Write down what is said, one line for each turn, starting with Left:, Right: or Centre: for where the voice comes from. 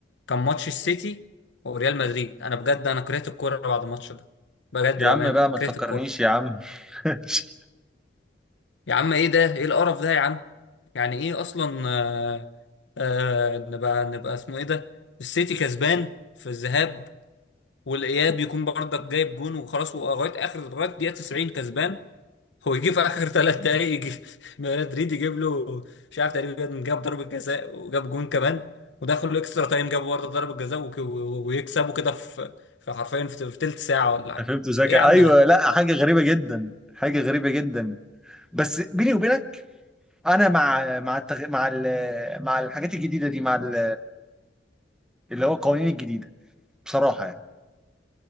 Left: كان ماتش السيتي وريال مدريد انا بجد انا كرهت الكوره بعد الماتش ده بجد
Centre: يا
Left: بامانه
Centre: عم بقى
Left: أنا
Centre: ما
Left: كرهت
Centre: تفكرنيش
Left: الكوره
Centre: يا عم <laughs>
Left: يا عم ايه ده ايه القرف ده يا عم يعني ايه اصلا آه آه نبقى نبقى اسمه ايه ده السيتي كسبان في الذهاب والاياب يكون برضك جايب جون وخلاص ولغايه اخر لغايه دقيقه 90 كسبان هو يجي في اخر ثلاث دقائق يجي <laughs> مدريد يجيب له مش عارف تقريبا جاب ضربه جزاء وجاب جون كمان ودخلوا اكسترا تايم جابوا برضه ضربه جزاء وك- و- ويكسبوا كده في في حرفيا في في تلت ساعه ولا حاجه
Centre: فهمت زكا
Left: ايه يا عم
Centre: ايوه
Left: ده
Centre: لا حاجه غريبه جدا حاجه غريبه جدا بس بيني وبينك انا مع مع التغ... مع ال... مع الحاجات الجديده دي مع ال... اللي هو القوانين الجديده بصراحه يعني